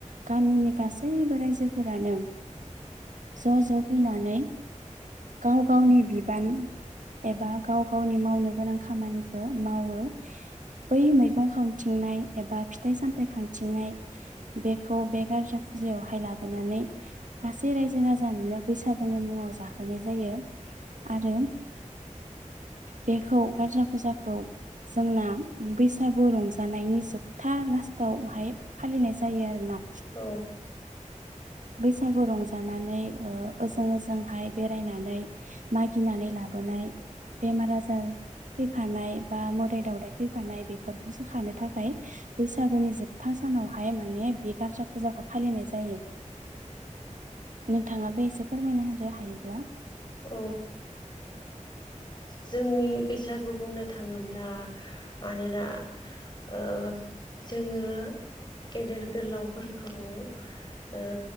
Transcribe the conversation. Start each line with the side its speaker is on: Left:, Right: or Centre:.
Right: गामिनि गासैबो रायजोफोरानो ज' ज' फैनानै। गाव गावनि बिबान एबा गाव गावनि मावनो गोनां खामानिखौ। मावो बै मै। बिफं खांथिंनाय एबा फिथाइ सामथायाइ खांथिंनाय बेखौ बे गारजा फुजायावहाय ला। लाबोनानै गासै रायजो राजानोनो बैसागुनि मुङाव जाहोनाय जायो। आरो बेखौ गारजा फुजा। खौ जोंना बैसागु रंजानायनि जोबथा लास्टआवहाय। फालिनाय जायो आरोना।
Left: औ।
Right: बैसागु रंजानानै ओजों ओजोंहाय बेरायनानै मागिनानै लाबो। अनाय बेनार आजार फैफानाय बा मोदाइ दावदाइ फैफिननाय बेफ सोखानो थाखाय बैसागुनि जोबथा सानावहाय माने बे गारजा फुजाखौ फालिनाय जायो। नोंथाङा बे एसे फोरमायना होदो हायोब्ला।
Left: औ। जोंनि बैसागु बुंनो थाङोब्ला मानोना। ओ जोङो। गेदेर गोलावफोरखौ ओ